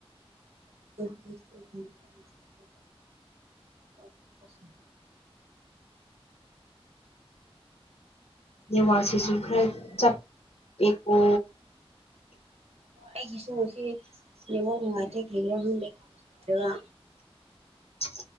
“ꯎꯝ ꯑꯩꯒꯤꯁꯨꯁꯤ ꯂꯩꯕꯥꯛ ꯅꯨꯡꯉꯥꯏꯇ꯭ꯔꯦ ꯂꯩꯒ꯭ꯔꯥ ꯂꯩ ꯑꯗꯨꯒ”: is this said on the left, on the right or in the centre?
Right